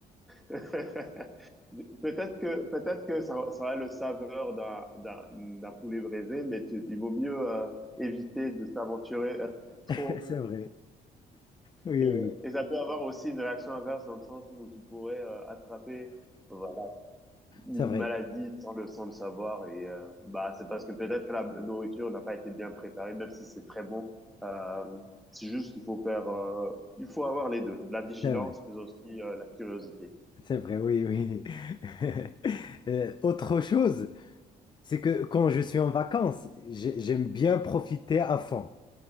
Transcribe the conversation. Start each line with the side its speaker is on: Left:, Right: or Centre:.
Centre: <laughs> Peut-être que, peut-être que ça, ça a le saveur d'un, d'un, d'un poulet braisé, mais tu- il vaut mieux euh, éviter de s'aventurer euh, trop.
Left: <laughs> C'est vrai, oui,
Centre: Et,
Left: oui, oui.
Centre: et ça peut avoir aussi une réaction inverse dans le sens où tu pourrais euh, attraper voilà, une
Left: c'est vrai,
Centre: maladie sans le, sans le savoir. Et euh, bah, c'est parce que peut-être que la nourriture n'a pas été bien préparée, même si c'est très bon. Euh, c'est juste qu'il faut faire, euh, il faut avoir les deux, la vigilance,
Left: c'est vrai,
Centre: mais aussi euh, la curiosité.
Left: c'est vrai, oui, oui. <laughs> Euh, autre chose, c'est que quand je suis en vacances, j'ai- j'aime bien profiter à fond.